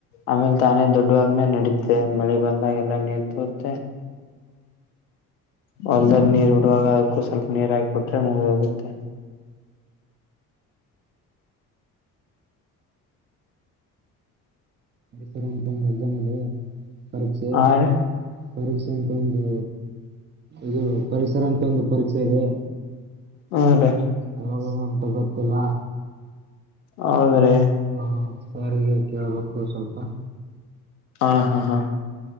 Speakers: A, on the left (about 85°); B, on the right (about 25°).
A: ಆಮೇಲೆ ತಾನೇ ದೊಡ್ಡ. ದುಡಾದ್ಮೇ ನಡೀತ್ತೆ ಮಳೆ ಬಂದಾಗ ಎಲ್ಲ ನೀರ್ ತೋತ್ತೆ. ಹೊಲ್ದಲ್ಲಿ ನೀರ್ ಉಡುವಾಗ ಅದಕ್ಕೂ ಸ್ವಲ್ಪ ನೀರ್ ಹಾಕಿಬಿಟ್ರೆ ಮುಗಿದ ಹೋಗುತ್ತೆ.
B: ಅಂತ ಒಂದು ಎಕ್ಸಾಮ್ ಇದೆ ಪರೀಕ್ಷೆ
A: ಆ ರೀ
B: ಪರೀಕ್ಷೆ ಅಂತ ಒಂದು. ಇದು ಪರಿಸರ ಅಂತ ಒಂದು ಪರೀಕ್ಷೆ ಇದೆ.
A: ಹಾ ರೀ.
B: ಯಾವಾಗದಂಥ ಗೊತ್ತಿಲ್ಲ.
A: ಹೌದ್ರೀ.
B: ಹಾ ಸಾರಿಗೆ ಕೇಳ್ಬೇಕು ಸ್ವಲ್ಪ.
A: ಹಾ ಹಾ ಹಾ